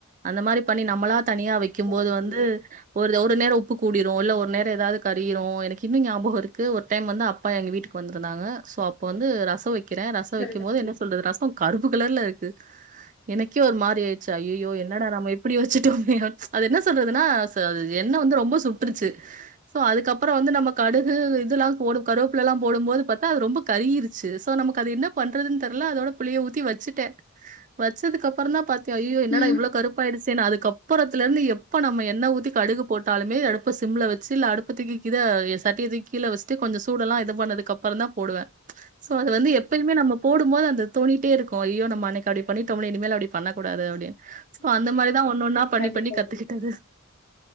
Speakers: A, on the right; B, on the left.
A: அந்த மாரி பண்ணி நம்மளா தனியா வெக்கிம்
B: சரிங்க
A: போது வந்து
B: தோழி
A: ஒரு ஒரு நேரொ உப்பு கூடிரு இல்ல ஒரு நேரொ எதாது கறிகிரு எனக்கு இன்னு ஞாப பஹொ இருக்கு ஒரு டைம் வந்து அப்பா எங்க வீட்டுக்கு வந் த்ருந்தாங்க சோ அப்ப வந்து ரசொ வெக் கிறே ரசொ
B: சரிங்க
A: வைக்கெம் போது
B: தோழி
A: என்ன சொல்றது ரசொ கருப்பு கலர்ல இருக்கு எனக்கே ஒரு மா ரியாய்ட்சி ஐயையோ என்னடா நம்ம இப் ப்டி வச்சுட்டோமே அத என்ன சொல்றது னா ச அது எண்ண வந்து ரொம்ப சுட்ருச்சு சோ அதுக்கப் அப்பறோ வந்து நம்ம கடுகு இதுலா போடு கருவப்புலலா போடும் போது பாத்தா அது ரொம்ப கறிகிரிச்சி சோ நமக்கு அது என்ன பண்றதுன் தெர்ல அதோட புளிய ஊத்தி வச்சுட்டே வச்சதுக்கு அப்பறந்தா பாத் தா ஐயையோ என்னடா
B: ம்
A: இவ்ளோ கருப்பாயிடுச்சேன் அதுக்கப் புறத்துலேருந்து எப்ப நம்ம எண்ணெ ஊத்தி கடுகு போட்டாலுமே அடுப்ப சிம்ல வச்சி இல்ல அடுப்பு தூக்கி இத சட்டிய தூக்கி கீழ வஷ்ட்டு கொஞ்சொ சூடெல்லா இது பண்ணதுக்கு அப் பறந்தா போடுவ சோ அது வந்து எப்பயுமே நம்ம போடும் போது அந்த தோனிட்டே இருக்கு ஐயோ நம்ம அன்னைக் அப்டி பண்ணிட்டோம்லே இனிமேல் அப்டி பண்ணக் கூடாது அப்டின் சோ அந்த மாரிதா ஒன்னொன்னா பண்ணி
B: கண்டிப்பா
A: பண்ணி கத்துக்கிட்டது
B: தோழி